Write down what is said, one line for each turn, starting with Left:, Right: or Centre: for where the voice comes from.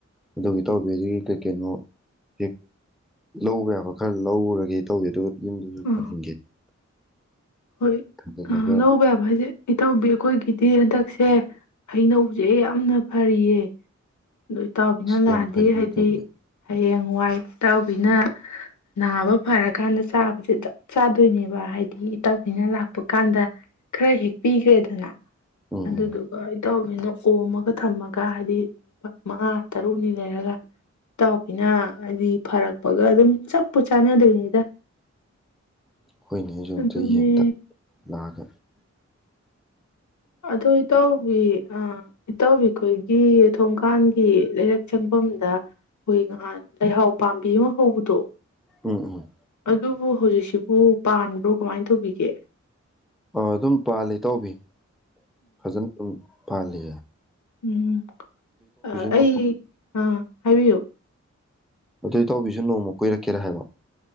Centre: ꯑꯗꯨꯒꯤ ꯇꯧꯕꯤ ꯑꯗꯨꯒꯤꯩ ꯀꯩꯅꯣ ꯍꯦꯛ ꯂꯧꯕ ꯌꯥꯕ ꯈꯔ ꯂꯧꯔꯒꯦ ꯇꯧꯋꯤ ꯑꯗꯨꯒ ꯌꯨꯝꯗꯁꯨ
Left: ꯑ
Centre: ꯊꯥꯖꯤꯟꯒꯦ
Left: ꯍꯣꯏ
Centre: ꯊꯥꯖꯤꯜꯂꯒ
Left: ꯑ ꯂꯧꯕꯧꯕꯕꯥꯏꯁꯦ ꯏꯇꯥꯎꯕꯣꯏꯒꯗꯦ ꯁꯦ ꯍꯩꯅꯧꯁꯦ ꯌꯥꯝꯅ ꯐꯔꯤꯌꯦ ꯑꯗꯨ ꯏꯇꯥꯎꯕꯤꯅ
Centre: ꯑꯁ
Left: ꯂꯥꯛꯑꯗꯤ
Centre: ꯌꯥꯝ ꯐꯩꯅꯦ
Left: ꯍꯥꯏꯗꯤ
Centre: ꯏꯇꯥꯎꯕꯤ
Left: ꯍꯌꯦꯡ ꯋꯥꯏ ꯏꯇꯥꯎꯕꯤꯅ ꯅꯥꯕ ꯐꯔꯀꯥꯟꯗ ꯆꯥꯕꯁꯦ ꯆꯞ ꯆꯥꯗꯣꯏꯅꯦꯕ ꯍꯥꯏꯗꯤ ꯏꯇꯥꯎꯕꯤꯅ ꯂꯥꯛꯄ ꯀꯥꯟꯗ ꯈꯔ ꯍꯦꯛꯄꯤꯈ꯭ꯔꯦꯗ ꯑꯗꯨꯅ
Centre: ꯎꯝ
Left: ꯑꯗꯨꯗꯨꯒ
Centre: ꯎꯝ
Left: ꯑꯩ ꯇꯧꯔꯤꯅꯣ ꯀꯣꯝꯃꯒ ꯊꯝꯃꯒ ꯍꯥꯏꯗꯤ ꯃꯉꯥ ꯇꯔꯨꯛꯅꯤ ꯂꯩꯔꯒ ꯏꯇꯥꯎꯕꯤꯅ ꯍꯥꯏꯗꯤ ꯐꯔꯛꯄꯒ ꯑꯗꯨꯝ ꯆꯞꯄꯨ ꯆꯥꯟꯅꯗꯣꯏꯅꯤꯗ
Centre: ꯍꯣꯏꯅꯦ ꯑꯩꯁꯨ ꯑꯝꯇ
Left: ꯑꯗꯨꯅꯦ
Centre: ꯌꯦꯡꯗ ꯂꯥꯛꯑꯒ <unintelligible>
Left: ꯑꯗꯨ ꯏ ꯇꯥꯎꯋ ꯑ ꯏꯇꯥꯎꯕꯤꯈꯣꯏꯒꯤ ꯊꯣꯡꯀꯥꯟꯒꯤ ꯂꯩꯔꯛ ꯆꯪꯐꯝꯗ ꯍꯣꯏꯒ ꯍ ꯂꯩꯍꯥꯎ ꯄꯥꯝꯕꯤ ꯑꯃ ꯍꯧꯕꯗꯣ
Centre: ꯎꯝ ꯎ
Left: ꯑꯗꯨꯕꯨ ꯍꯧꯖꯤꯛꯁꯤꯕꯨ ꯄꯥꯟꯕ꯭ꯔꯣ ꯀꯃꯥꯏꯅ ꯇꯧꯕꯤꯒꯦ
Centre: ꯑ ꯑꯗꯨꯝ ꯄꯥꯜꯂꯤ ꯏꯇꯥꯎꯕꯤ ꯐꯖꯅ ꯄꯥꯜꯂꯤ
Left: ꯎꯝꯝ ꯑ
Centre: ꯅꯣꯡ
Left: ꯑꯩ ꯑ ꯍꯥꯏꯕꯤꯌꯨ
Centre: ꯑꯗꯨꯏ ꯇꯥꯎꯕꯤꯁꯨ ꯅꯣꯡꯃ ꯀꯣꯏꯔꯛꯀꯦꯔ ꯍꯥꯏꯕ